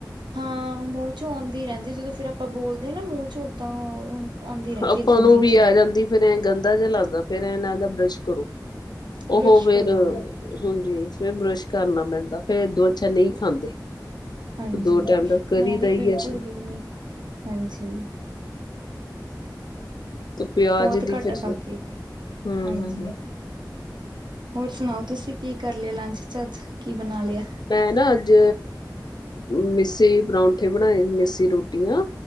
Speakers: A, on the right; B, on the left.
A: ਹਾਂ ਮੂੰਹ ਚ ਆਉਂਦੀ ਰਹਿੰਦੀ ਜਦੋਂ ਫੇਰ ਆਪਾਂ ਬੋਲਦੇ ਹਾਂ ਨਾ ਮੂੰਹ ਚ ਓਦਾਂ। ਆਉਂਦੀ ਰਹਿੰਦੀ
B: ਆਪਾਂ
A: ਹੈ ਗੰਦੀ
B: ਨੂੰ ਵੀ
A: ਜੀ।
B: ਆ ਜਾਂਦੀ ਫੇਰ ਐਂ ਗੰਦਾ ਜਿਹਾ ਲਗਦਾ ਫੇਰ ਐ ਲਗਦਾ ਬਰਸ਼ ਕਰੋ।
A: ਬਰੱਸ਼
B: ਉਹੋ ਫੇਰ
A: ਕਰੋ
B: ਹਾਂਜੀ ਫਿਰ ਬਰਸ਼ ਕਰਨਾ ਪੈਂਦਾ ਫੇਰ ਦੋ ਅੱਛਾ ਨਹੀਂ ਖਾਂਦੇ।
A: ਹਾਂਜੀ
B: ਦੋ ਟਾਈਮ ਦਾ ਕਰੀ
A: ਮੈਂ
B: ਦਾ
A: ਵੀ
B: ਹੀ
A: ਬਿਲਕੁਲ
B: ਅਛ
A: ਵੀ ਨੀ ਹਾਂਜੀ
B: ਤੇ ਪਿਆਜ
A: ਬਹੁਤ
B: ਦੀ
A: ਘੱਟ
B: ਫਿਰ
A: ਖਾਕੇ
B: ਹੂੰ-ਹੂੰ-ਹੂੰ।
A: ਹਾਂਜੀ ਹੋਰ ਸੁਣਾਓ ਤੁਸੀਂ ਕੀ ਕਰ ਲਿਆ ਲੰਚ ਚ ਅੱਜ ਕੀ ਬਣਾ ਲਿਆ
B: ਮੈਂ ਨਾ ਅੱਜ ਮਿਸੇ ਪਰੌਂਠੇ ਬਣਾਏ ਮਿਸੀ ਰੋਟੀਆਂ।